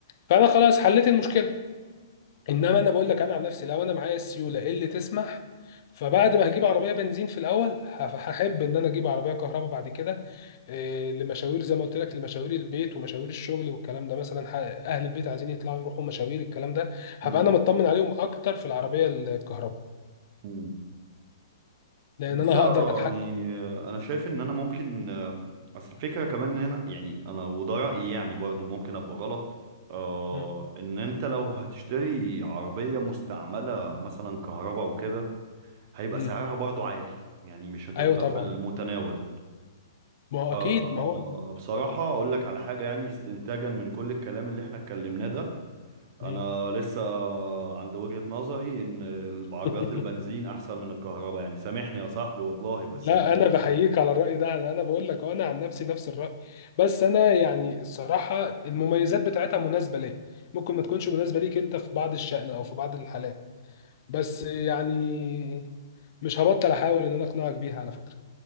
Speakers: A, on the left; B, on the right.
A: فانا خلاص حليت المشكله انما انا بقول لك انا عن نفسي لو انا معايا السيوله اللي تسمح فبعد ما هجيب عربيه بنزين في الاول هف- هحب ان انا اجيب عربيه كهرباء بعد كده إيه، لمشاوير زي ما قلت لك لمشاوير البيت ومشاوير الشغل والكلام ده مثلا ح- اهل البيت عايزين يطلعوا يروحوا مشاوير الكلام ده هبقى
B: مم.
A: انا مطمن عليهم اكتر في العربيه الكهرباء
B: مم.
A: لان
B: بص
A: انا
B: يعني
A: هقدر اتحكم
B: آه، أنا شايف إن أنا ممكن آه، أصل الفكرة كمان إن أنا يعني أنا وده رأيي يعني برضو ممكن أبقى غلط آه
A: مم.
B: إن أنت لو هتشتري عربية مستعملة مثلا كهرباء وكده هيبقى
A: مم.
B: سعرها برضو عالي يعني مش هتبقى
A: ايوه طبعا
B: في المتناول
A: ما هو اكيد
B: آه،
A: ما هو
B: بصراحة أقول لك على حاجة يعني استنتاجا من كل الكلام اللي احنا اتكلمناه ده
A: مم.
B: أنا لسه عند وجهة نظري إن العربيات
A: <laughs>
B: البنزين أحسن من الكهرباء يعني سامحني يا صاحبي والله بس
A: لا
B: أنا
A: انا
B: يعني
A: بحييك على الراي ده انا أنا بقول لك انا عن نفسي نفس الراي بس انا يعني الصراحه المميزات بتاعتها مناسبه ليا ممكن ما تكونش مناسبه ليك انت في بعض الشأن او في بعض الحالات بس يعني مش هبطل احاول ان انا اقنعك بيها على فكره